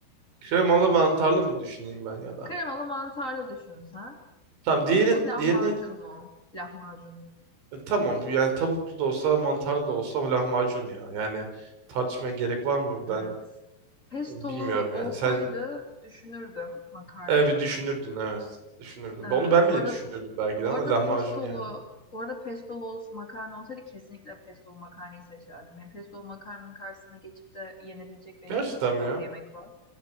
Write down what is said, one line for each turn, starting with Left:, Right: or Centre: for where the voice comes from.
Right: Kremalı mantarlı mı düşüneyim ben ya da?
Left: Kremalı mantarlı düşün sen.
Right: Tamam
Left: O
Right: diğerin
Left: mu lahmacun
Right: diğeri neydi?
Left: mu? Lahmacun.
Right: E, tamam bu yani tavuklu da olsa mantarlı da olsa ama lahmacun ya. Yani tartışmaya gerek var mı? Ben
Left: Evet. Pestolu
Right: bilmiyorum
Left: olsaydı
Right: yani. Sen
Left: düşünürdüm makarnayı.
Right: evet bir düşünürdün evet. Düşünürdün.
Left: Ee,
Right: Onu ben
Left: bu
Right: bile
Left: arada
Right: düşünürdüm belki
Left: bu
Right: de ama
Left: arada
Right: lahmacun
Left: pestolu
Right: yani.
Left: bu arada pestolu olsa, makarna olsaydı kesinlikle pestolu makarnayı seçerdim. Yani pestolu makarnanın karşısına geçip de yenebilecek benim
Right: Gerçekten
Left: için çok
Right: mi
Left: az
Right: ya?
Left: yemek var.